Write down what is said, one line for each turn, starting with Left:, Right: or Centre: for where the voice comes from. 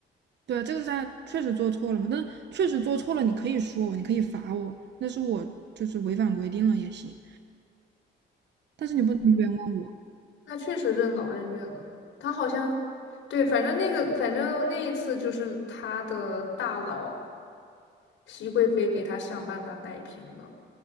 Right: 对，啊，这个是他确实做错了嘛，但确实做错了，你可以说我，你可以罚我，那是我就是违反规定了也行，但是你不能冤枉我。
Left: 他确实任劳任怨了。他好像，对，反正那个，反正那一次就是他的大佬熹贵妃给他想办法摆平了。